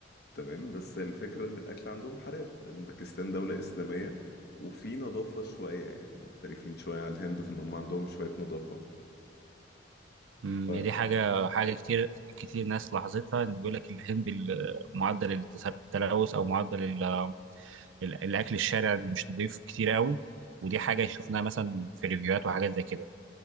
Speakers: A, on the left (about 55°); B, on the right (about 85°).
A: تمام بس الفكرة ان الاكل عندهم حلال لان باكستان دولة اسلامية وفي نظافة شوية يعني مختلفين شوية على الهند في ان هم عندهم شوية نظافة
B: امم
A: ف
B: يعني دي حاجة حاجة كتير كتير ناس لاحظتها ان بيقول لك الهند ال- معدل التس- التلوث او معدل ال- ال- الاكل الشارع مش نضيف كتير قوي ودي حاجة شفناها مثلا في ريفيوهات وحاجات زي كده